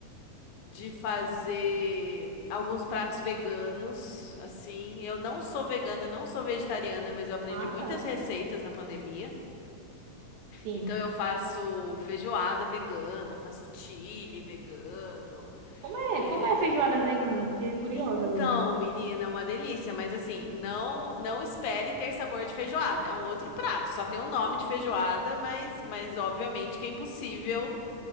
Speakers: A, on the left; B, on the right.
A: de fazer alguns pratos veganos, assim. Eu não sou vegana, não sou vegetariana, mas eu aprendi
B: Ah,
A: muitas
B: tá.
A: receitas na pandemia.
B: Sim.
A: Então eu faço feijoada vegana, faço chili vegano.
B: Como é?
A: é,
B: Como é feijoada vegana? Fiquei curiosa
A: Então,
B: agora.
A: menina, é uma delícia, mas assim, não não espere ter sabor de feijoada, é um outro prato, só tem o nome de feijoada, mas mas obviamente que é impossível